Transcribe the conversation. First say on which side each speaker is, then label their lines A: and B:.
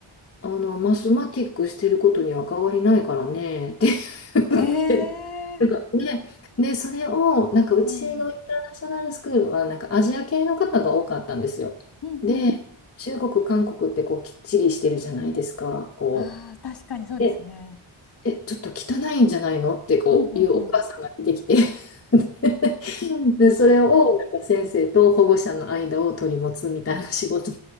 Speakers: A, on the left (about 30°); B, on the left (about 50°).
A: あの、マスマティックしてることには変わりないからね、って <laughs> 言って
B: ええ
A: なんかね、で、それを、なんか、うちのインターナショナルスクールは、
B: うん。
A: なんか、アジア系の方が多かったんですよ。
B: うんうん。
A: で、中国、韓国って、こう、きっちりしてるじゃないですか。こう。
B: ああ、確かにそうですね。
A: でえ、ちょっと汚いんじゃないのってこういうお母さんが出てきて
B: うんうんうん。
A: <laughs> で、それをなんか先生と保護者の間を取り持つみたいな仕事。
B: あ